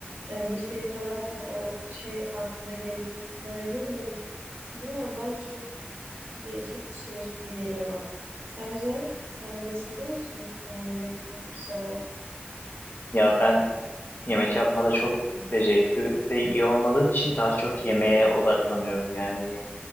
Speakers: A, on the right; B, on the left.
A: e, bir şey tadarken o şey aklına gelir. Böyle ne bileyim bilmiyorum ben çok değişik bir süreç gibi geliyor bana. Sence sen öyle hissediyor musun? Yani yemek yapan birisi olarak.
B: Ya ben yemek yapmada çok becerikli ve iyi olmadığım için daha çok yemeğe odaklanıyorum. Yani